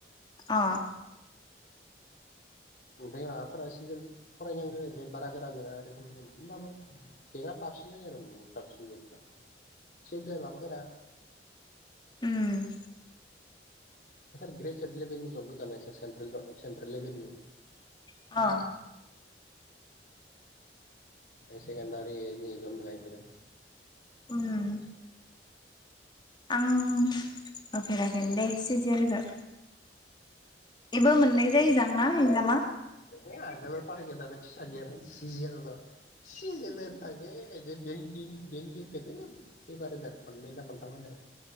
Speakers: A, on the left (about 25°); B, on the left (about 45°).
A: अ।
B: ओमफ्राय माबाफोरा सोजोन फरायनांगौ बे बारा गोरान नङा रोखोमनि होमबाबो बेंका थाबसिन होयो आरो बु थाबसिन जाया। सेटेल आबो गोरा
A: उम।
B: इसोर ग्रेजुवेट लेभेलनि जब गोजा ना इसोर सेन्ट्रेल' सेन्ट्रेल लेभेलनि।
A: अ।
B: हाइसेकेदारिनि जब नङा इफोरो
A: उम। आं होफेराखै दे सि जि एल खौ। इबो मोननै जायो जांना एगजामा?
B: एदिनो आगोलाव टारगेदानो फिसा गैयामोन सिजिएल ल'। सि जि एल एनटाखे एजिं बेंकिं बेंकिं <unintelligible> एबार होगोन खननैना खन्थाम होगोन।